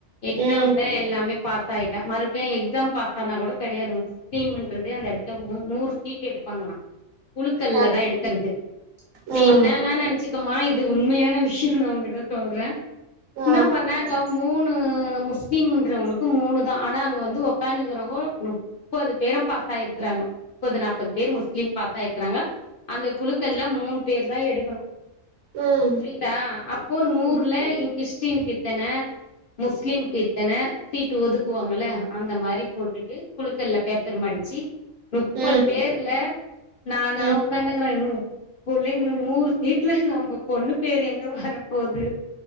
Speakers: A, on the left (about 60°); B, on the right (about 80°).
A: எக்ஸாம்ல
B: ம்
A: எல்லாமே பாஸ் ஆயிட்டா மறுபடியும் எக்ஸாம் பாஸ் ஆன கூட கெடயாது முஸ்லீம்ன்றதே அந்த எடத்துல மு நூறு சீட் எடு ப்பாங்ளா குழுக்கல்ல
B: ஆ,
A: தா எடுக்கறது
B: ம்
A: நீ என்னனா நெனச்சி மொத்தமா இது உண்மையான விஷ்யோ நா உங்கிட்ட சொல்ற
B: ஆ
A: என்ன பண்ணாங்க மூணு ஆ முஸ்லிம் என்றவங்களுக்கு மூணுதா ஆனா அங்க வந்து ஒக்கானுக்கிறவங்கோ முப்பது பேரு பாஸ் ஆயிருக்கிறா ங்கோ முப்பது நாப்பது பேரு முஸ்லிம் பாஸ் ஆயிருக்குறாங்க அந்த குழுக்கள்ல மூணு பேர்தா எடுக்கணு
B: ம்
A: புரியுதா அப்போ நூறுல
B: ம்
A: இ கிறிஸ்டினுக்கு இத்தன முஸ்லிம்க்கு இத்தன சீட்டு ஒதுக்குவாங்கல்ல அந்த மாரி போட்டுட்டு குழுக்கள்ல பேப்பர் மடிச்சி முப்பது
B: ம்
A: பேர்ல நானா
B: ம்
A: உக்காணுக்குற இன்னு புள்ளைங்களு நூறு சீட்ல நம்ப பொண்ணு பேர் எங்க வரப்போது